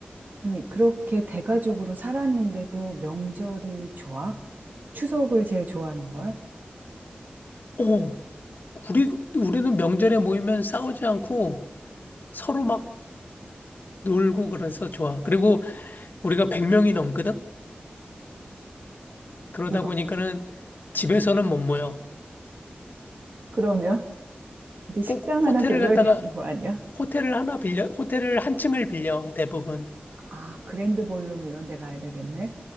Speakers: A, on the right; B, on the left.
A: 아니, 그렇게 대가족으로 살았는데도 명절이 좋아? 추석을 제일 좋아하는 거야?
B: 오, 우리 우리는 명절에 모이면 싸우지 않고 서로 막 놀고 그래서 좋아. 그리고 우리가 100명이 넘거든. 그러다
A: 이거.
B: 보니까는 집에서는 못 모여.
A: 그러면 이제 식당
B: 꼭
A: 하나
B: 호텔을
A: 빌려야
B: 갔다가
A: 되는 거 아니야?
B: 호텔을 하나 빌려, 호텔을 한 층을 빌려, 대부분.
A: 아, 그랜드 볼룸 이런 데 가야 되겠네?